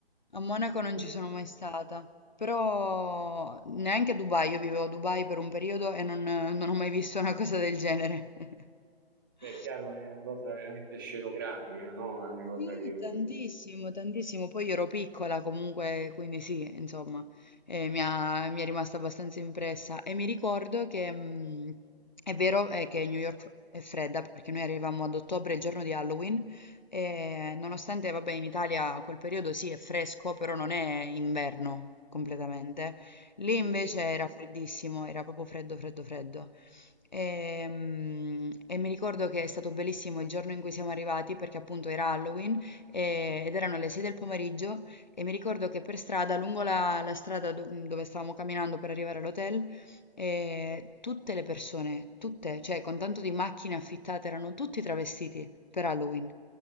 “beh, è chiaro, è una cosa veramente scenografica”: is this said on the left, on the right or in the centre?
Right